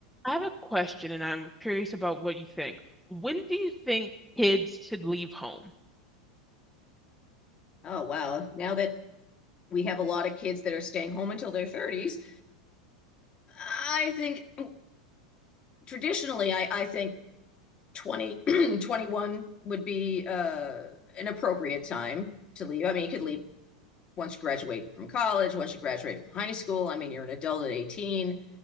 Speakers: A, in the centre; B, on the left.
A: I have a question and I'm curious about what you think. When do you think kids should leave home?
B: Oh, wow. Now that we have a lot of kids that are staying home until their 30s, I think traditionally, I, I think 20 <clears throat> 21 would be uh, an appropriate time to leave. I mean, you could leave once you graduate from college, once you graduate from high school. I mean, you're an adult at 18,